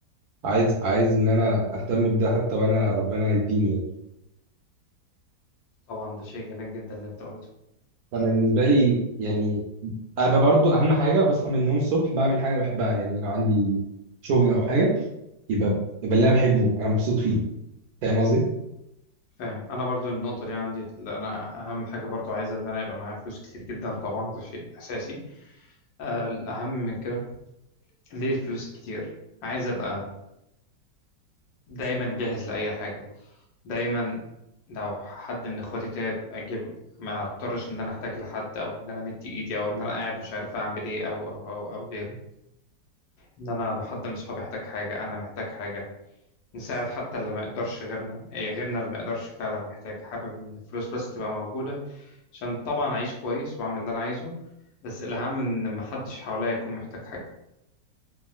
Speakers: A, on the right; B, on the left.
A: عايز عايز ان انا اهتم بده حتى وانا ربنا يديني يعني
B: طبعا ده شيء جميل جدا اللي انت قلته
A: فانا بالنسبه لي يعني ابقى برضو اهم حاجه بصحى من النوم الصبح بعمل حاجه أنا بحبها يعني لو عندي شغل او حاجه يبقى يبقى اللي انا بحبه انا مبسوط فيه فاهم قصدي؟
B: فاهم انا برضو النقطة دي عندي اللي انا اهم حاجة برضو عايزة ان انا يبقى معايا فلوس كتير جدا طبعا ده شيء اساسي آه الاهم من كده ليه الفلوس كتير عايز ابقى دايما جاهز لأي حاجة دايما لو حد من اخواتي تعب اجيب ما اضطرش ان انا احتاج لحد او ان انا مدي ايدي او ان انا قاعد مش عارف اعمل ايه او او او او غيره ان انا لو حد من اصحابي احتاج حاجه انا محتاج حاجه نساعد حتى اللي ما يقدرش غيرنا إيه غيرنا اللي ما يقدرش فعلا محتاج حابب ان الفلوس بس تبقى موجوده عشان طبعا اعيش كويس واعمل اللي انا عايزه بس الاهم ان محدش حواليا يكون محتاج حاجه